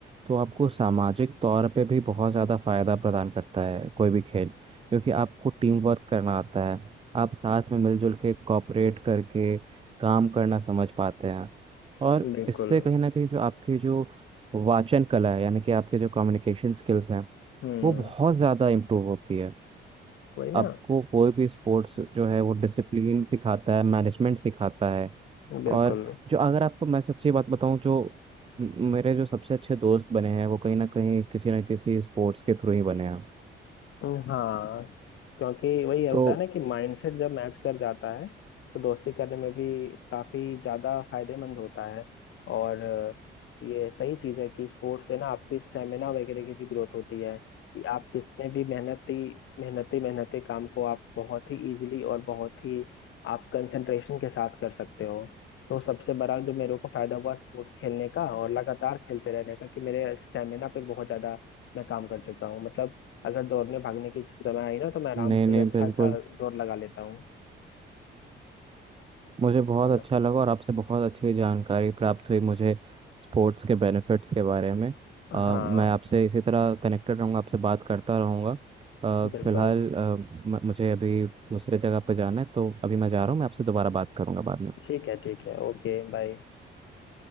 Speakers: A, on the right; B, on the left.
A: तो आपको सामाजिक तौर पे भी बहुत ज़्यादा फायदा प्रदान करता है कोई भी खेल क्योंकि आपको टीम वर्क करना आता है आप साथ में मिलजुल के कॉपरेट करके काम करना समझ पाते हैं और
B: बिल्कुल
A: इससे कहीं ना कहीं जो आपकी जो वाचन कला है यानी कि आपके जो कम्युनिकेशन स्किल्स हैं
B: हम्म
A: वो बहुत ज़्यादा इम्प्रूव होती है
B: वही ना
A: आपको कोई भी स्पोर्ट्स जो है वो डिसिप्लिन सिखाता है मैनेजमेंट सिखाता है
B: बिल्कुल
A: और जो अगर आपको मैं सच्ची बात बताऊं जो म- मेरे जो सबसे अच्छे दोस्त बने हैं वो कहीं ना कहीं किसी ना किसी स्पोर्ट्स के थ्रू ही बने हैं
B: हाँ क्योंकि वही होता
A: तो
B: है ना कि माइंडसेट जब मैच कर जाता है तो दोस्ती करने में भी काफी ज्यादा फायदेमंद होता है और अ, ये सही चीज है कि स्पोर्ट्स से ना आपकी स्टेमिना वगैरह की भी ग्रोथ होती है कि आप कितने भी मेहनती मेहनती मेहनती काम को आप बहुत ही इजीली और बहुत ही आप कंसंट्रेशन के साथ कर सकते हो तो सबसे बड़ा जो मेरे को फायदा हुआ स्पोर्ट्स खेलने का और लगातार खेलते रहने का कि मेरे स्टेमिना पे बहुत ज्यादा मैं काम कर चुका हूँ मतलब अगर दौड़ने भागने की समय आई ना तो मैं आराम
A: नहीं
B: से
A: नहीं
B: अच्छा
A: बिल्कुल
B: अच्छा दौड़ लगा लेता हूँ
A: मुझे बहुत
B: है ना
A: अच्छा लगा और आपसे बहुत अच्छी जानकारी प्राप्त हुई मुझे स्पोर्ट्स के बेनिफिट्स के बारे में अ,
B: हाँ
A: मैं आपसे इसी तरह कनेक्टेड रहूँगा आपसे बात करता रहूँगा अ,
B: बिल्कुल
A: फिलहाल अ, म- मुझे अभी दूसरे जगह पे जाना है तो अभी मैं जा रहा हूँ मैं आपसे दोबारा बात करूँगा बाद में
B: ठीक है ठीक है Okay bye